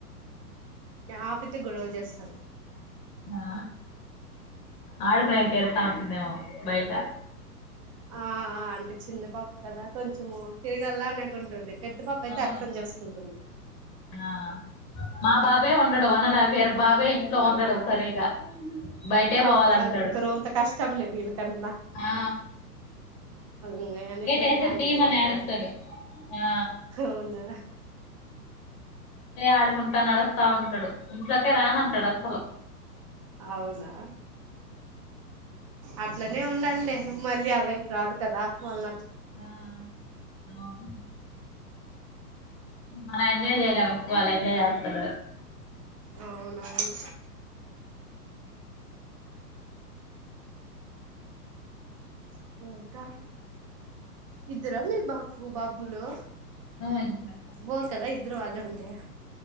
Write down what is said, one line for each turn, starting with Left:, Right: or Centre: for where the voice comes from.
Right: ఆపితే గొడవ చేస్తాను
Left: ఆ ఆడుకునేకెళ్తా ఉంటుంది ఏమో బయట
Right: ఆ అంటే చిన్నపప్ కదా కొంచెము తిరిగల్లా అనేకుంటుంది పెద్ద పాప అయితే
Left: అవును
Right: అర్థం చేసుకుంటుంది
Left: ఆ మా బాబ్ బే ఉండడు వన్ అండ్ హాఫ్ ఇయర్ బాబే ఇంట్లో ఉండడు సరిగా బయటే
Right: ఆ
Left: పోవాలంటాడు
Right: వాళ్ళు ఇంక రంత కష్టం లే వీళ్ళకన్నా
Left: ఆ
Right: ఇ ఎనీ
Left: గేట్
Right: టైమ్
Left: వేస్తే
Right: హ్యాండిల్
Left: తీయమని
Right: చెయాలి
Left: ఏడుస్తాడు
Right: కదా
Left: ఆ
Right: అవునా
Left: ఆడుకుంటా నడుస్తా ఉంటాడు ఇంట్లోకే రానంటాడు అసలు
Right: అవునా అట్లనే ఉండాలిలే మళ్ళీ ఆ లైఫ్ రాదు కదా వాళ్ళ
Left: ఆ అవును మనం ఎంజాయ్ చేయలేం ఇప్పు వాళ్ళ ఎంజాయ్ యాత్ర
Right: అవునువు ఇకా ఇద్దరు మీ బక్కు బాబ్బులు
Left: ఆ ఇద్దరక్క
Right: బోర్ కదా ఇద్దరు వాళ్ళ ఉంటు ంట